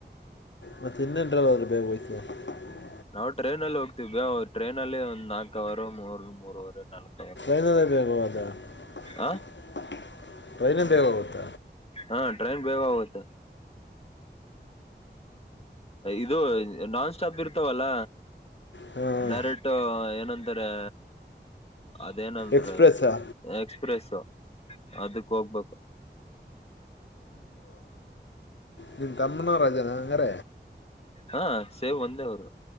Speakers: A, on the left; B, on the left.
A: ಮತ್ತೆ ಇನ್ನೆಂಟ್ರಲ್ಲಿಾದ್ರರು ಬೇಗ ವಯ್ತ <unintelligible>
B: ಅವ ಟ್ರೈನಿನಲ್ಲಿ ಹೋಗ್ತೀವಿ. ಟ್ರೈನ ಅಲ್ಲಿ ಒಂದು ನಾಲ್ಕ ಅವರ ಮೂರು ಮೂರ ವರೆ ನಾಲ್ಕು, -
A: ೈನದೇ ಬ ಅದ <unintelligible>
B: ಆ
A: ಟ್ರೈನ್ ಬೇಋ ಹೋಗತ.,
B: ಹಾ, ಟ್ರೈನ್ ಬೇಗಹೋಗತ. ಇದು ನಾನ್ ಸ್ಟಾಪ್ ಇರ್ತವಲ್ಲ
A: ಹಾಂ
B: ಡೈರೆಕ್ಟ್ ಏನಂತಾರೆ., ಅದೇನಲ್ರ
A: ಎಕ್ಸ್ಪ್ರೆಸ್ಸಾ
B: ಎಕ್ಸ್ಪ್ರೆಸ್, - ಅದಕ್ ಹೋಗ್ಬೇಕು
A: ನಿನ್ ತಮ್ಮನ ರಜನಾ ಅಂಗಾರ
B: ಹಾ ಸೇವ್ ಒಂದೇ ಅವ್ರು